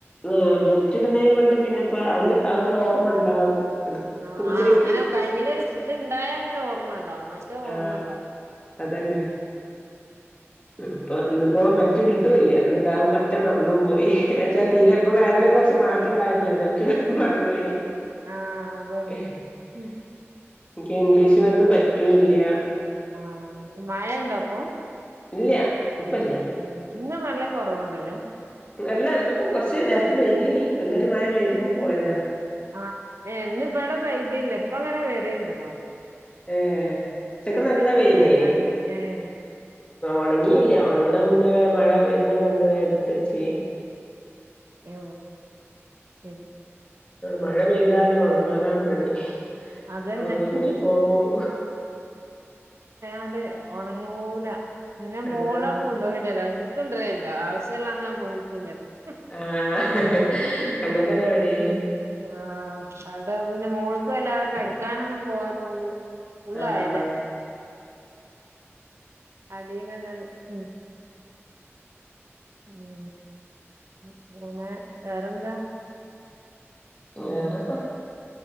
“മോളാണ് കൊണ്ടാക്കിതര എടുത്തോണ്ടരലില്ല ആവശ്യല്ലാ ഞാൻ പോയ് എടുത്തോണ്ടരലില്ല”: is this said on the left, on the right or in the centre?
Right